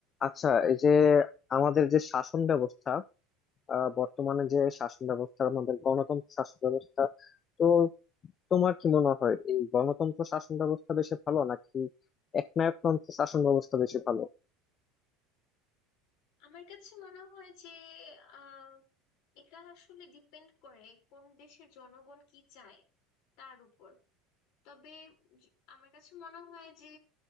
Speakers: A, on the left; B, on the left.
A: আচ্ছা এই যে আমাদের যে শাসন ব্যবস্থা আহ, বর্তমানে যে শাসন ব্যবস্থা আমাদের গণতন্ত্র শাসন ব্যবস্থা তো তোমার কি মনে হয় এই গণতন্ত্র শাসন ব্যবস্থা বেশি ভালো নাকি একনায়কতন্ত্র শাসন ব্যবস্থা বেশি ভালো
B: আমার কাছে মনে হয় যে আহ এটা আসলে ডিপেন্ড করে কোন দেশের জনগণ কি চায় তার উপর তবে জ- আমার কাছে মনে হয় যে